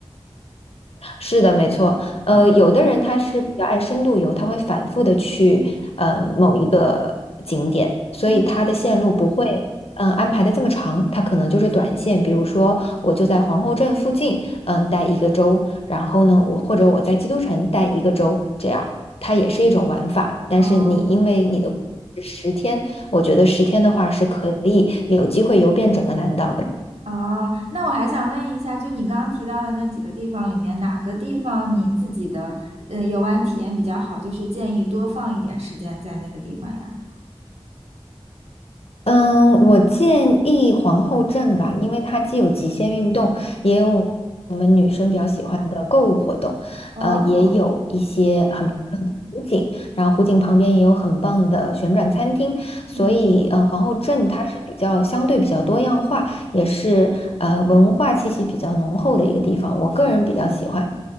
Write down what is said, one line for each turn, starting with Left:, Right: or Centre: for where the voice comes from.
Left: 是的，没错。呃，
Right: 嗯，
Left: 有的人他是比较爱深度游，他会反复的去呃某一个景点，所以他的线路不会
Right: 嗯，
Left: 嗯、呃安排的这么长，他可能就是短线。比如说，我就在皇后镇附近嗯、待一个周，然后呢，我或者我在基督城待一个周，这样它也是一种玩法。但是你因为你的
Right: 哦，
Left: 十天，我觉得十天的话是可以有机会游遍整个南岛的。
Right: 哦，那我还想问一下，就你刚刚提到的那几个地方里面，哪个地方你自己的呃游玩体验比较好？就是建议多放一点时间在那个地方呀。
Left: 嗯，我建议皇后镇吧，因为它既有极限运动，也有我们女生比较喜欢的购物活动，
Right: 哦，
Left: 呃，也有一些很湖景，然后湖景旁边也有很棒的旋转餐厅，所以，
Right: 嗯，
Left: 呃，皇后镇它是比较相对比较多样化，也是呃文化气息比较浓厚的一个地方，我个人比较喜欢。